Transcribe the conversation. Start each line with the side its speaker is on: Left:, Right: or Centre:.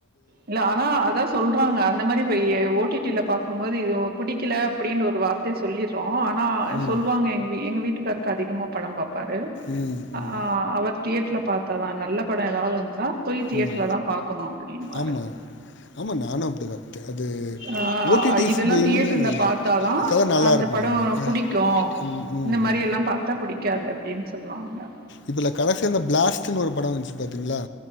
Right: இல்ல ஆனா அதா சொல்றாங்க அந்த மாரி போயி ஓ டி டில பாக்கும்போது இது ஓ புடிக்கல அப்டின் ஒரு வார்த்தய சொல்லிரு ஆனா
Left: ம்
Right: சொல்வாங்க எங்க எங்க வீட்டுக்காருக்கு அதிகமா படம் பாப்பாரு
Left: ம் ம்
Right: ஆ அவர் தியேட்ல பாத்தாதா நல்ல பட ஏதாது இருந்தா போய் தியேட்டர்லதா
Left: ம்
Right: பாக்கணு அப்படின்வாரு
Left: ஆமா ஆமா நானு அப்டிதா அது
Right: ஆ
Left: ஓ டி டி
Right: இதெல்லா
Left: ஸ்
Right: தியேட்டர்ல
Left: னு
Right: பாத்தாதா
Left: இப்பதா நல்லாருக்கு
Right: அந்த பட
Left: ஆமா ஆ
Right: புடிக்கு
Left: ம் ம்
Right: இந்த மாரி
Left: ம்
Right: எல்லா பாத்தா புடிக்காது அப்டின் சொல்லுவாங்க
Left: இதுல கடைசிய இந்த பிளாஸ்ட்ன்னு ஒரு படம் வந்துச்சு பாத்தீங்களா